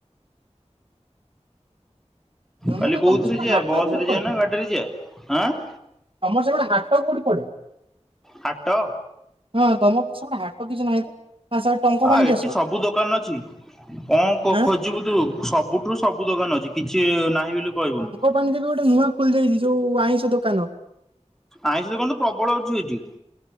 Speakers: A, on the right; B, in the centre.
A: ଜନ୍ମରେ
B: କାଲି କୋଉଥିରେ
A: ତମର ସେପଟେ
B: ଯିବା
A: ହାଟ
B: ବସ
A: କୋଉଠି
B: ରେ
A: ପଡେ?
B: ଯିବା ନା ଗାଡିରେ ଯିବା ଆଁ?
A: ତମର ସେପଟେ ହାଟ କୋଉଠି ପଡେ?
B: ହାଟ?
A: ହଁ ତମର ତ ସେପଟେ ହାଟ କିଛି ନାହିଁ ତ ଆସ ଟଙ୍କ
B: ଆ
A: ପାଣିକି
B: ଏଠି
A: ଆସ?
B: ସବୁ ଦୋକାନ ଅଛି କଣ କୋ
A: ଆଁ
B: ଖୋଜିବୁ ତୁ ସବୁଠୁ ସବୁ ଦୋକାନ ଅଛି କିଛି ନାହିଁ ବୋଲି କହିବୁନି।
A: ଦୋକାନ ଯେ ଏବେ ଗୋଟେ ନୂଆ ଖୋଲି ଯାଇଛି ଯୋଉ ଆଇଁଷ ଦୋକାନ।
B: ଆଇଁଷ ଦୋକାନ ତ ପ୍ରବଳ ଅଛି ଏଠି।